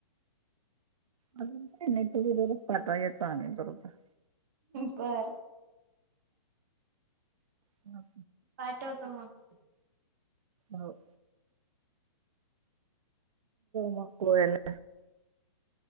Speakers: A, on the right; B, on the right.
A: अ तुझरोब पाठ येत आम बरोबर
B: बरं
A: ह
B: पाठवतो मग
A: हो मक्ळूला